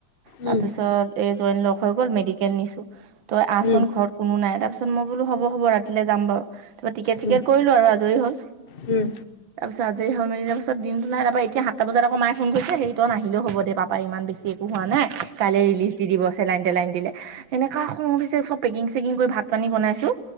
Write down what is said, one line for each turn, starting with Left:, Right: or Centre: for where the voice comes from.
Right: তাৰ
Left: উম,
Right: পিছত এই জইন লগ হৈ গ'ল, মেডিকেল নিছো। তই আহচোন
Left: উম,
Right: ঘৰত কোনো নাই। তাৰপিছ মই বোলো হব হ'ব ৰাতিলে যাম বাৰু। তাৰপা টিকেট
Left: উম,
Right: চিকেট কৰিলো আৰু আজৰি হ'ল
Left: উম।
Right: তাপিছত আজৰি হৈ মেলি তাপিচত দিনটো নাই, এতিয়া সাতটা বজাত আকৌ মাই ফোন কৰিছে, তই নাহিলেও হব দে পাপা ইমান বেছি- হোৱা নাই, কাইলে ৰিলিজ দি দিব চেলাইন তেলাইন দিলে। এনেকা খং উঠিছে চব পেকিং চেকিং কৰি ভাত পানী বনাইছো,